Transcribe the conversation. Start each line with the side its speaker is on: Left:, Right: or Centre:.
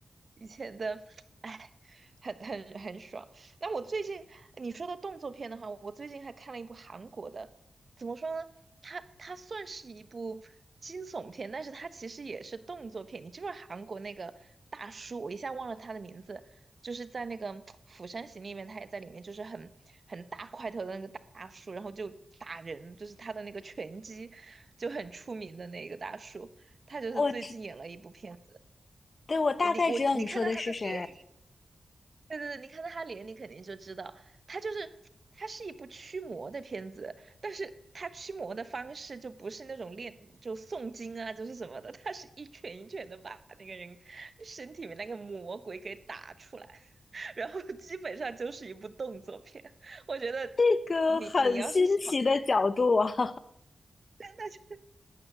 Right: 以前的，<tsk> 哎，很很很爽。那我最近你说到动作片的话，我最近还看了一部韩国的。怎么说呢？他他算是一部惊悚片，但是他其实也是动作片。你知不知道韩国那个大叔，我一下忘了他的名字，就是在那个《釜山行》里面，他也在里面，就是很很大块头的那个大叔，然后就打人，就是他的那个拳击就很出名的那个大叔，他就是最近演了一部片子。
Left: 我知，对，我大概知道你说的是谁，
Right: 我你我你看到他的脸。对对对，你看到他脸，你肯定就知道，他就是他是一部驱魔的片子，但是他驱魔的方式就不是那种练就诵经啊，就是什么的，他是一拳一拳的把那个人身体里面那个魔鬼给打出来，<laughs> 然后基本上就是一部动作片。我觉得
Left: 这个很新奇的角度啊。
Right: 你你要是喜欢
Left: <laughs>
Right: 看，那就。